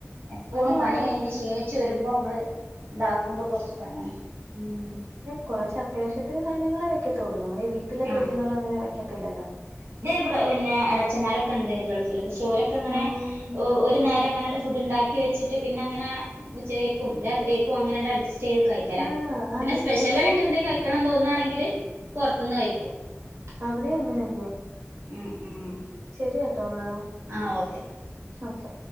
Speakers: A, on the right (about 50°); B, on the right (about 75°).
A: എപ്പോളും
B: പണിയാണ്
A: പണി കഴിഞ്ഞ് ക്ഷീണി ച്ച് വെരുമ്പോ നമ്മെൾ ഇണ്ടാക്കുമ്പെൾ കൊർച്ച് പണിയാണ് ഉം
B: കൊറച്ച് അത്യാവശ്യത്തിന് സാനങ്ങളെ വെക്കത്തൊള്ളു നമ്മുടെ വീട്ടിലൊക്കെ
A: ആഹ്
B: വെക്കുന്ന പോലെ അങ്ങനെ വെക്കത്തില്ലല്ലോ
A: <unintelligible> പിന്നെ എളച്ചമ്മാരൊക്കെ ഇണ്ട് ഗൾഫിൽ പക്ഷെ ഓരൊക്കെ ഇങ്ങനെ
B: ആഹ്
A: ഓ ഒരു
B: ആഹ്
A: നേരം ഇങ്ങനെ ഇണ്ട് ഫുഡ്ണ്ടാക്കി വെച്ച്ട്ട് പിന്നങ്ങനെ ഉച്ചക്കേക്കും രാത്രിക്കേക്കും അങ്ങനണ്ട് അഡ്ജസ്റ്റ് ചെയ്ത് കയ് ക്കല
B: ആഹ് ആഹ്
A: പിന്നെ സ്പെഷ്യലായിട്ട്
B: ഇവിടെ
A: എന്തേലും കഴിക്കണന്ന് തോന്നാണെങ്കില് പുറത്തുന്ന് കഴിക്കും
B: അവിടേം അങ്ങനെന്നെ
A: ഉം ഉം
B: ശെരിയെ ട്ടോന്നാ
A: ആ ഓക്കെ
B: ഓക്കെ